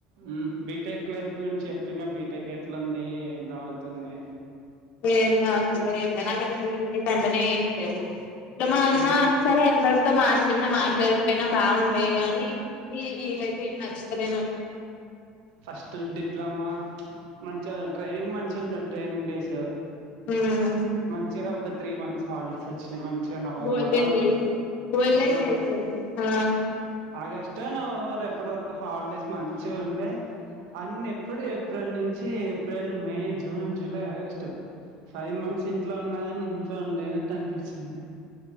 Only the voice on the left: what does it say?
ఏసాగుతలే ఎం లే నాకైతే బిటేక్ అంటేనే ఏం లేవు ఇంకా మా అన్నా
సరే ఎవ్వరు నీతో మాట్లాడినా మాట్లాడకపోయినా బాగుండే గానీ ఈ ఇదైతే ఏం నచ్చతలేదు
మ్
గోల్డెన్ డేస్ గోల్డెన్
డేస్ ఆ